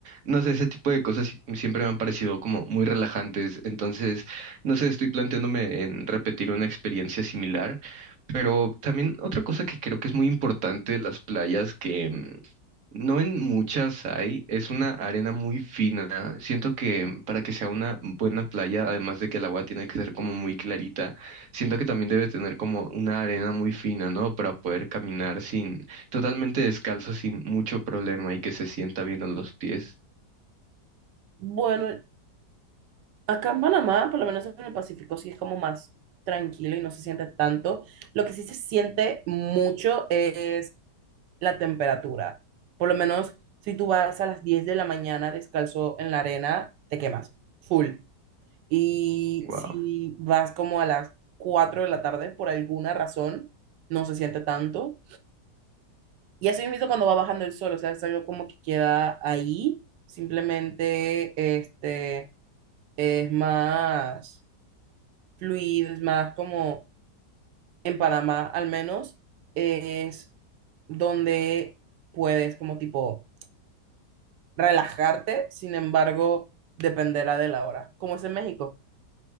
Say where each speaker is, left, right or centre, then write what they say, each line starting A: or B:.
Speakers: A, on the right; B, on the right.
A: No sé, ese tipo de cosas siempre me han parecido como muy relajantes. Entonces, no sé, estoy planteándome en repetir una experiencia similar, pero también otra cosa que creo que es muy importante de las playas, que mm, no en muchas hay, es una arena muy fina. Siento que para que sea una buena playa, además de que el agua tiene que ser como muy clarita, siento que también debe tener como una arena muy fina, ¿no? Para poder caminar sin, totalmente descalzo, sin mucho problema y que se sienta bien a los pies.
B: bueno. Acá en Panamá, por lo menos en el Pacífico, sí es como más tranquilo y no se siente tanto. Lo que sí se siente mucho es la temperatura. Por lo menos si tú vas a las 10 de la mañana descalzo en la arena, te quemas, full. Y
A: Wow.
B: si vas como a las 4 de la tarde, por alguna razón, no se siente tanto. Y así mismo cuando va bajando el sol, o sea, es algo como que queda ahí, simplemente este, es más fluidos, más como en Panamá al menos, es donde puedes como tipo relajarte, sin embargo, dependerá de la hora. ¿Cómo es en México?